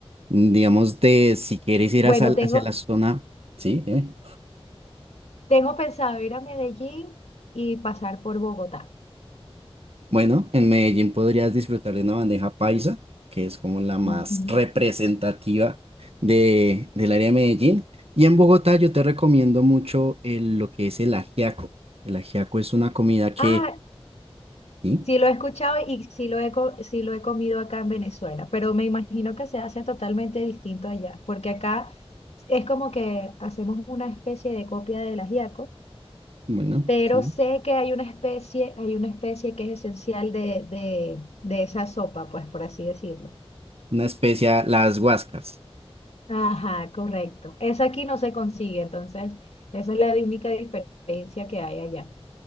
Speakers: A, on the right; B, on the left.
A: Digamos de si quieres ir
B: Bueno,
A: hacia,
B: tengo,
A: hacia la zona, sí, dime.
B: tengo pensado ir a Medellín y pasar por Bogotá.
A: Bueno, en Medellín podrías disfrutar de una bandeja paisa, que es como la más
B: Ujú.
A: representativa de, del área de Medellín. Y en Bogotá yo te recomiendo mucho el- lo que es el ajiaco. El ajiaco es una comida que,
B: Ah,
A: sí,
B: Sí lo he escuchado y sí lo he, co- sí lo he comido acá en Venezuela, pero me imagino que se hace totalmente distinto allá, porque acá es como que hacemos una especie de copia del ajiaco,
A: bueno,
B: pero
A: sí,
B: sé que hay una especie, hay una especie que es esencial de, de, de esa sopa, pues por así decirlo.
A: una especia, las guascas,
B: Ajá, correcto. Esa aquí no se consigue, entonces esa es la única diferencia que hay allá.